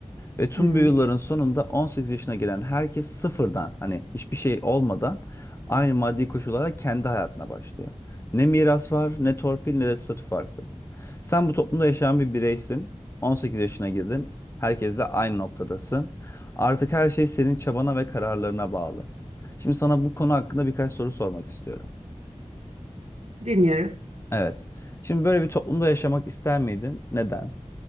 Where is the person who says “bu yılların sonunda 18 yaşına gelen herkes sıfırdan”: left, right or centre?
Left